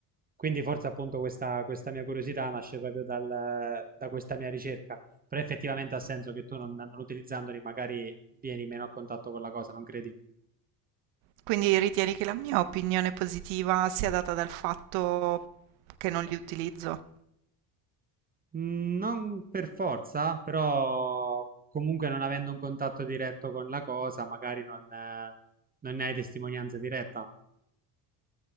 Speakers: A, on the right; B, on the right.
A: quindi forse appunto questa, questa mia curiosità nasce proprio dal- da questa mia ricerca, però effettivamente ha senso che tu non, non utilizzandoli magari vieni meno a contatto con la cosa, non credi?
B: Quindi ritieni che la mia opinione positiva sia data dal fatto che non li utilizzo?
A: Mm, Non per forza, però comunque non avendo un contatto diretto con la cosa, magari non, eh, non ne hai testimonianza diretta,